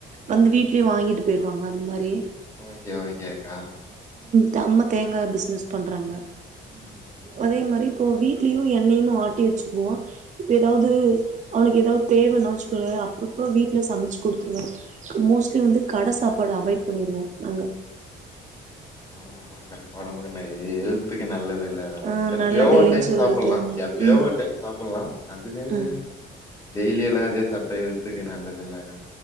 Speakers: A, on the right; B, on the left.
A: வந்து வீட்லயு வாங்கிட்டு போயிருவாங் அந் மாரி
B: ஓகே ஓகேக்கா
A: தம்ம தேங்கா பிஸ்னஸ் பண்றாங்க
B: ம்
A: அதே மாரி இப்போ வீட்லயு எண்ணையு ஆட்டி வச்சு க்குவோ இப்ப எதாவ்து அவனுக்கு எதாவ் தேவனா வச்சுக்கொவே அப்பப்ப வீட்ல சமச்சு குடுத்ருவோ மோஸ்ட்லி வந்து கட சாப்பாடு அவாய்ட் பண்ணிருவோ நாங்க
B: ஆமா ஆமாங்கா ஒடம்புக்கு நை ஏ ஹெல்த்துக்கு நல்லதில்ல அதெல்லா
A: ஆ
B: எப்பயோ
A: நல்லது
B: ஒரு
A: இல்லைன்னு
B: டைம்
A: சொல்லிட்டு
B: சாப்புட்லா எப்பயோ
A: ம்
B: ஒரு டைம் சாப்புட்லா அதுக்குன்னு
A: ம்
B: டெய்லியெல்லா அதே சாப்ட்டா ஹெல்த்துக்கு நல்லது இல்லக்கா